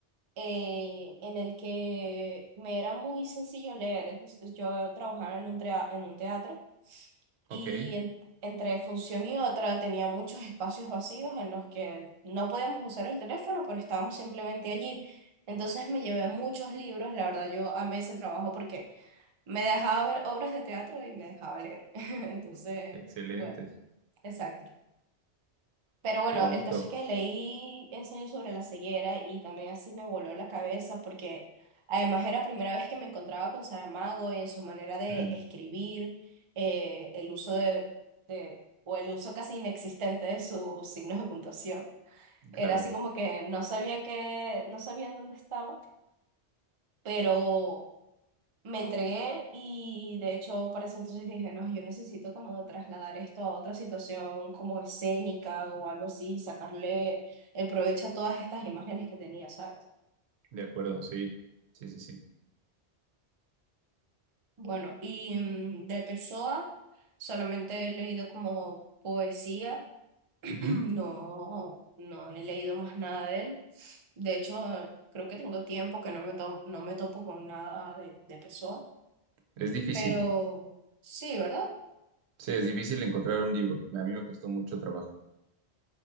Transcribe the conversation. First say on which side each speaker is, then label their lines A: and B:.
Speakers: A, on the right; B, on the right.
A: eh, en el que me era muy sencillo leer. Es decir, Yo trabajaba en un, trea- en un teatro. y
B: ok,
A: en- entre función y otra tenía muchos espacios vacíos en los que no podíamos usar el teléfono, pero estábamos simplemente allí. Entonces me llevé muchos libros, la verdad yo amé ese trabajo porque me dejaba ver obras de teatro y me dejaba leer. <laughs> Entonces,
B: excelente,
A: bueno, exacto. Pero bueno,
B: qué bonito.
A: el caso es que leí ensayo sobre la ceguera y también así me voló la cabeza porque además era primera vez que me encontraba con Saramago en su manera de
B: Mm,
A: escribir, eh, el uso de, de- o el uso casi inexistente de sus signos de puntuación. Era
B: claro,
A: así como que no sabía que, no sabía en dónde estaba, pero me entregué y de hecho para ese entonces dije, no, yo necesito como trasladar esto a otra situación como escénica o algo así, sacarle el provecho a todas estas imágenes que tenía, ¿sabes?
B: de acuerdo, sí, sí, sí, sí.
A: Bueno, y mm, de Pessoa solamente he leído como poesía, <clears throat>
B: Ujú.
A: no, no he leído más nada de él. De hecho, creo que tengo tiempo que no me, to- no me topo con nada de, de Pessoa,
B: Es difícil,
A: pero sí, ¿verdad?
B: sí, es difícil encontrar un libro. A mí me costó mucho trabajo.